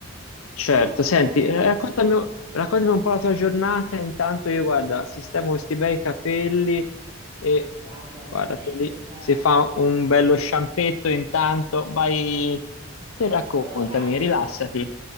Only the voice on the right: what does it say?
Ah,
allora,
guarda, veramente,
cioè,
un-
vado al lavaggio?